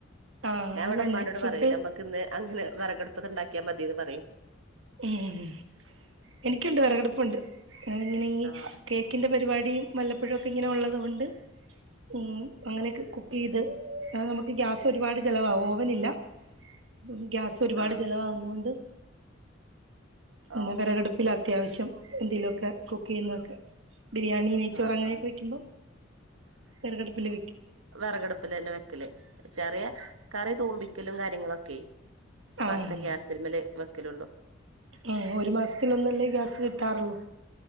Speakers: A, on the right; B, on the right.
A: ആഹ്
B: ഞാ
A: അത്
B: ഇവടെ
A: തന്നെ
B: ഉമ്മാനോട്
A: ഫുഡ്
B: പറയും നമ്മക്കിന്ന് അങ്ങനെ വെറകടുപ്പ്ന്ന് ഇണ്ടാക്കിയാ മതീന്ന് പറയും.
A: ഉംഹ്. എനിക്കുണ്ട് വെറകടപ്പുണ്ട് അതിങ്ങനെ ഇനി
B: ആഹ്
A: കേ ക്കിന്റെ പരിപാടിയും വല്ലപ്പോഴൊക്കെ ഇങ്ങനെ ഒള്ളത് കൊണ്ട് ഉം അങ്ങനെയൊക്കെ കുക്കെയ്ത് ആഹ് നമ്മക്ക് ഗ്യാസൊരുപാട് ചെലവാവും. ഓവനില്ല അപ്പം ഗ്യാസ് ഒരുപാട്
B: ആഹ്
A: ചെലവാവുന്നോണ്ട് പിന്നെ
B: ഓ
A: വെറകടുപ്പിലാ അത്യാവശ്യം എന്തെലൊക്കെ കുക്കെയ്യുന്നൊക്കെ. ബിരിയാണി നെയ്ച്ചോറ്
B: ആഹ്
A: അങ്ങനെയൊക്കെ
B: ആഹ്
A: വെക്കുമ്പോ വെറക് അടപ്പില് വെക്കും
B: വെറക് അടുപ്പിലന്നെ വെക്കല് ചെറിയ കറി തൂമ്പിക്കലും കാര്യങ്ങളൊക്കെ
A: ആഹ്
B: മാത്രേ ഗ്യാസിൽമല് വെക്കലൊള്ളൂ
A: ഉം ഒരു മാസത്തില് ഒന്നല്ലേ ഗ്യാസ് കിട്ടാറൊള്ളൂ